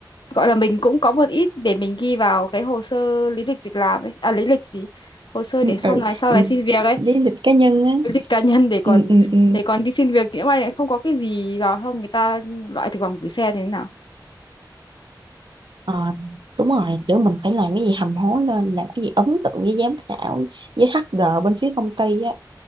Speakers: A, on the left; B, on the right.
A: gọi là mình cũng có một ít để mình ghi vào cái hồ sơ lý lịch việc làm ấy à lý lịch gì hồ sơ
B: ừ,
A: để
B: ừ,
A: sau này sau
B: ừ.
A: này xin việc ấy
B: lý lịch cá nhân á
A: cái lịch cá nhân để còn
B: ừ, ừ, ừ.
A: để còn đi xin việc nhỡ may lại không có cái gì vào không người ta loại thực vòng gửi xe thế nào
B: Ờ, đúng rồi, kiểu mình phải làm cái gì hầm hố lên, làm cái gì ấn tượng với giám khảo, với HR bên phía công ty á.